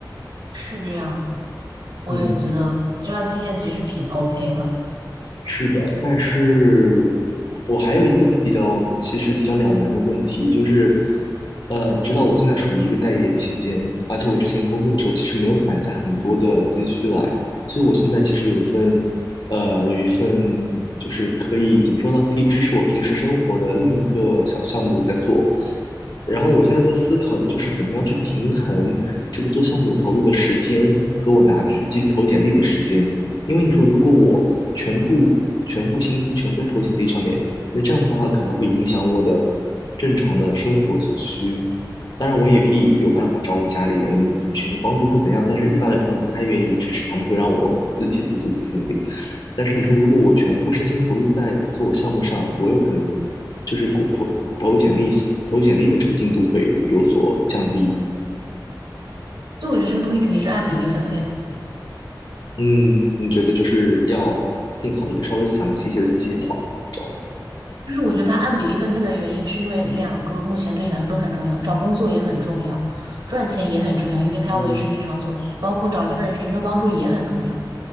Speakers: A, on the right; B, on the left.
A: 是这样，我也觉得这段经验其实挺
B: 嗯。
A: OK 的。
B: 是的，但是我还有一个比较，其实比较两难的问题，就是，呃，你知道我现在属于一个待业期间，而且我之前工作的时候其实没有攒下很多的积蓄来，所以我现在其实有一份，呃，有一份就是可以怎么说呢，可以支持我平时生活的另一个小项目在做。然后我现在在思考的就是怎么样去平衡这个做项目投入的时间和我拿去继续投简历的时间。因为你说如果我全部全部心思全部在投简历上面，那这样子的话可能会影响我的正常的生活所需。当然，我也可以有办法找我家里人寻求帮助或怎样，但是一般来说他们不太愿意支持，他们会让我自给自足，自己努力。但是你说，如果我全部身心投入在做我项目上，我有可能就是过投投简历投简历的这个进度会有所降低。
A: 就我觉得这个东西肯定是按比例分配的，
B: 嗯，你觉得就是要定好一个稍微详细一些的计划，这样子。
A: 就是我觉得它按比例分配的原因是因为两个目前对你来说都很重要，找工作也很重要，赚钱也很重要，因为它要维持你日常所需，
B: 嗯，
A: 包括找家人寻求帮助也很重要。